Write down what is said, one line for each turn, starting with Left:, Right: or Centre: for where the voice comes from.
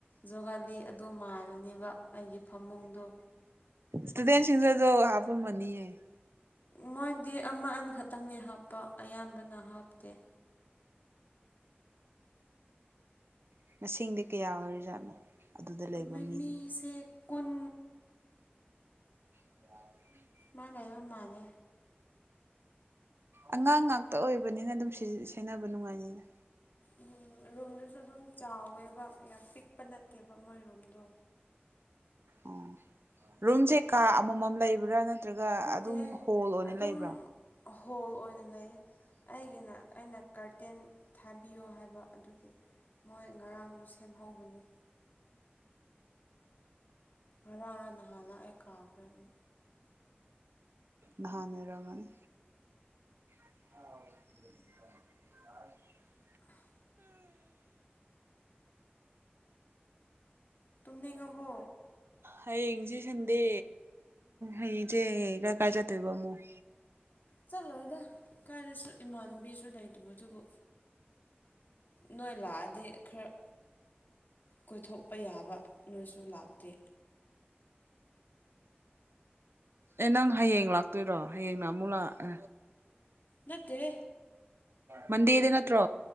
Left: ꯖꯣꯒꯥꯂꯤ ꯑꯗꯨꯗꯣ ꯃꯥꯜꯂꯅꯦꯕ ꯑꯩꯒꯤ ꯐꯃꯨꯡꯗꯣ
Right: ꯁꯗꯦꯟꯖ꯭ꯔꯁꯨ ꯍꯥꯄ ꯃꯅꯤꯌꯦ
Left: ꯃꯣꯏꯗꯤ ꯑꯃ ꯑꯅꯤꯈꯛꯇꯪꯅꯦ ꯍꯥꯞꯄ ꯑꯌꯥꯝꯕꯅ ꯍꯥꯞꯇꯦ
Right: ꯃꯁꯤꯡ ꯃꯁꯤꯡꯗꯤ ꯀꯌꯥ ꯑꯣꯏꯔꯖꯥꯠꯅꯣ ꯑꯗꯨꯗ ꯂꯩꯕ
Left: ꯃꯃꯤꯁꯦ
Right: ꯃꯤꯁꯤꯡꯗꯣ
Left: ꯀꯨꯟ
Right: ꯑ
Left: ꯃꯥꯏ ꯂꯩꯕ ꯃꯥꯜꯂꯦ
Right: ꯑꯉꯥꯡ ꯉꯥꯛꯇ ꯑꯣꯏꯕꯅꯤꯅ ꯑꯗꯨꯝ ꯁꯦꯕ ꯅꯨꯡꯉꯥꯏꯅꯤꯅ
Left: ꯎꯝ ꯔꯨꯝꯗꯨꯁꯨ ꯑꯗꯨꯝ ꯆꯥꯎꯋꯦꯕ ꯌꯥꯝ ꯄꯤꯛꯄ ꯅꯠꯇꯦꯕ ꯃꯣꯏ ꯔꯨꯝꯗꯣ
Right: ꯑꯣ ꯔꯨꯝꯁꯦ ꯀꯥ ꯑꯃꯃꯝ ꯂꯩꯕ꯭ꯔꯥ ꯅꯠꯇ꯭ꯔꯒ
Left: ꯅꯠꯇꯦꯍꯦ
Right: ꯑꯗꯨꯝ ꯍꯣꯜ ꯑꯣꯏꯅ
Left: ꯑꯗꯨꯝ
Right: ꯂꯩꯕ꯭ꯔꯥ
Left: ꯍꯣꯜ ꯑꯣꯏꯅ ꯂꯩ ꯑꯩꯒꯤꯅ ꯑꯩꯅ ꯀꯥꯔꯇꯦꯟ ꯊꯥꯕꯤꯌꯣ ꯍꯥꯏꯕ ꯑꯗꯨꯒꯤ ꯃꯣꯏ ꯉꯔꯥꯡꯗꯣ ꯁꯦꯝꯍꯧꯕꯅꯤ ꯉꯔꯥꯡ ꯉꯔꯥꯡ ꯅꯍꯥꯟ ꯂꯥꯛꯑꯦ ꯀꯥꯎꯈ꯭ꯔꯦ ꯑꯃꯨꯛ
Right: ꯅꯔ ꯃꯅꯤ ꯑ
Left: <unintelligible> ꯇꯨꯝꯅꯤꯡꯉꯕꯣ
Right: ꯍ ꯌꯦꯡꯖꯦ ꯁꯟꯗꯦ ꯑꯩꯆꯦ <unintelligible> ꯀꯥꯏ ꯆꯠꯇꯣꯏꯕ ꯃꯨꯛ
Left: ꯆꯠꯂꯣꯏꯗ ꯀꯥꯏꯗꯁꯨ ꯏꯃꯥꯟꯅꯕꯤꯁꯨ ꯂꯩꯗꯕ ꯑꯗꯨꯕꯨ ꯅꯣꯏ ꯂꯥꯛꯑꯗꯤ ꯈꯔ ꯀꯣꯏꯊꯣꯛꯄ ꯌꯥꯕ ꯅꯣꯏꯁꯨ ꯂꯥꯛꯇꯦ
Right: ꯑꯦ ꯅꯪ ꯍꯌꯦꯡ ꯂꯥꯛꯇꯣꯏꯔꯣ ꯍꯌꯦꯡꯅ ꯑꯃꯨꯛ ꯂꯥꯛꯑ
Left: ꯅꯠꯇꯦ
Right: ꯃꯗꯤꯦꯗ ꯅꯠꯇ꯭ꯔꯣ